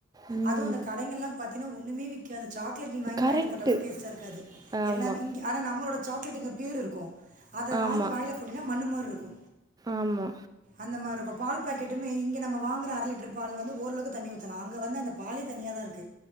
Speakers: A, on the right (about 20°); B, on the right (about 40°).
A: ம்.
B: அதுவு இந்த கடைங்கல்லா பாத்தீன்னா ஒன்னுமே விக்காது சாக்லேட் நீ வாங்கி
A: கரெக்ட்டு.
B: வாய்ல போட்டா கூட டெஸ்ட்டா இருக்காது.
A: ஆமா
B: எல்லாமே இங்க ஆனா நம்மளோட சாக்லேட்டுங்க ப்யூர் இருக்கு அத
A: ஆமா,
B: வாங்கி வாயில போட்டீங்கனா மண் மாரி இருக்கு
A: ஆமா
B: அந்த மாரி இருக்கு பால் பாக்கெட்டுமே இங்க நம்ம வாங்குற அர லிட்டர் பால் வந்து ஓரளவு தண்ணி ஊத்தலா அங்க வந்து அந்த பாலே தண்ணியா தா இருக்கு